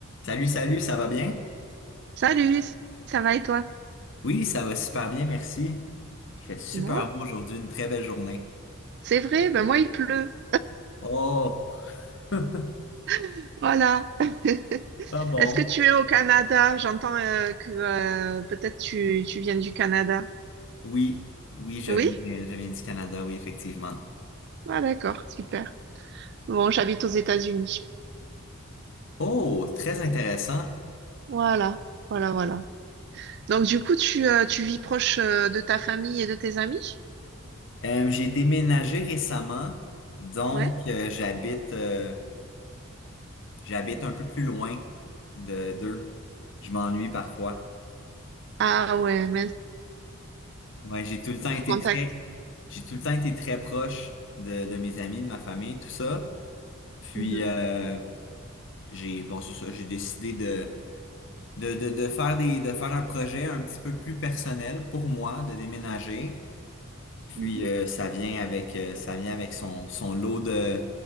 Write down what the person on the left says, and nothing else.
Salut, salut, ça va bien?
Oui, ça va super bien, merci. Il fait super
beau aujourd'hui, une très belle journée.
Oh, <laughs>
ah bon?
Oui, oui, je
viens, euh, je viens du Canada, oui, effectivement.
Oh, très intéressant.
Euh, j'ai déménagé récemment, donc
euh, j'habite euh, j'habite un peu plus loin de d'eux. Je m'ennuie parfois.
Ouais, j'ai tout le temps
été
très j'ai tout le temps été très proche de, de mes amis, de ma famille, tout ça. Puis
euh, J'ai, bon, c'est ça, j'ai décidé de, de, de, de faire des, de faire un projet un petit peu plus personnel pour moi, de déménager. Puis
euh, ça vient avec, euh, ça vient avec son, son lot de,